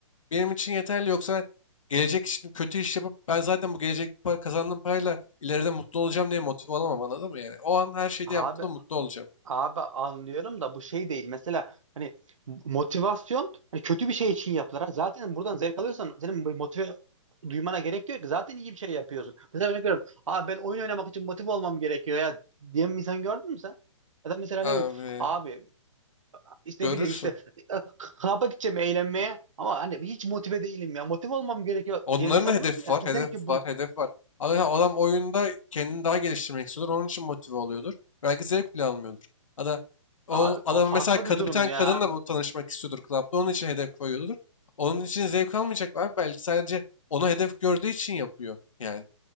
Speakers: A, on the left (about 80°); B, on the right (about 75°).
A: benim için yeterli. Yoksa ben gelecek için kötü iş yapıp ben zaten bu gelecek para, kazandığım parayla ileride mutlu olacağım diye motive olamam anladın mı yani? O an her şeyde
B: Abi
A: yaptığımda mutlu olacağım.
B: Abi anlıyorum da bu şey değil. Mesela hani motivasyon hani kötü bir şey için yapılır. Ha, Zaten buradan zevk alıyorsan senin bu motive duymana gerek yok ki. Zaten iyi bir şey yapıyorsun. Mesela örnek veriyorum. Abi ben oyun oynamak için motive olmam gerekiyor ya diyen bir insan gördün mü sen? Ya da mesela
A: Abi
B: ne bileyim abi işte
A: görürsün.
B: ne bileyim işte e, klaba gideceğim eğlenmeye ama hani hiç motive değilim ya. Motive olmam gerekiyor
A: Onların
B: diyen insan
A: da hedefi
B: gördün mü?
A: var, hedefi
B: Yani ki bu
A: var, hedefi var. Ama ya adam oyunda kendini daha geliştirmek istiyordur. Onun için motive oluyordur. Belki zevk bile almıyordur. Ya da o
B: abi
A: adam
B: o farklı
A: mesela kadı,
B: bir durum
A: bir tane
B: ya.
A: kadınla bu tanışmak istiyordur klapta. Onun için hedef koyuyordur. Onun için zevk almayacak var Belki sadece onu hedef gördüğü için yapıyor yani.